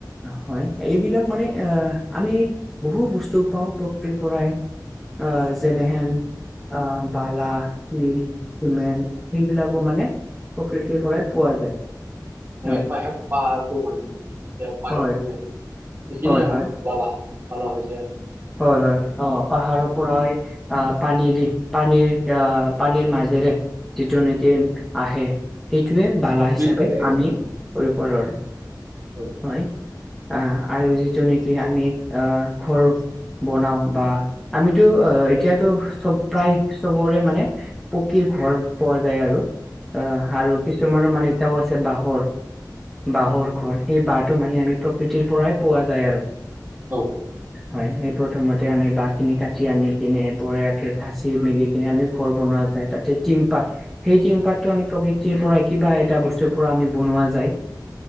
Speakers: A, in the centre; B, on the right.
A: হয় এইবিলাক মানে অ আমি বহু বস্তু পাও প্ৰকৃতিৰ পৰাই। আ যেনেহেন অ বালা, শিল, চিমেন্ট সেইবিলাকো মানে- প্ৰকৃতিৰ পৰাই পোৱা যায়। হয়
B: মান প -পাহাৰটো ভাঙি যেতিয়া পানীত
A: হয়
B: পৰি আহে সেইখিনিয়ে
A: হয়
B: আমাৰ
A: হয়
B: বালা। বালা হৈ যায় আৰু ন।
A: হয় হয় অ পাহাৰৰ পৰা হয়। আহ পানী দি পানীৰ আহ পানীৰ মাজেৰে যিটো নেকি আহে- সেইটোয়ে বালা হিচাপে
B: বিল বালি আহে
A: আমি ধৰিব পাৰো আৰু।
B: অ
A: হয় আহ আৰু যিটো নেকি আমি আহ ঘৰ বনাও বা আমিতো এতিয়াতো চব প্ৰায় চবৰে মানে পকীৰ ঘৰ পোৱা যায়। আৰু অ আৰু কিছুমানৰ মানে এতিয়াও আছে বাঁহৰ, বাঁহৰ ঘৰ সেই বাঁহটো মানে আমি প্ৰকৃতিৰ পৰাই পোৱা যায় আৰু
B: অ
A: হয় এই প্ৰথমতে আমি বাহখিনি কাটি আনি কিনে বৰীয়াকে চাঁচি মিলি কিনে আমি ঘৰ বনোৱা যায়। তাতে তিং পাত সেই টিং পাতটো আমি প্ৰকৃতিৰ পৰা কিবা এটা বস্তুৰ পৰা আমি বনোৱা যায়।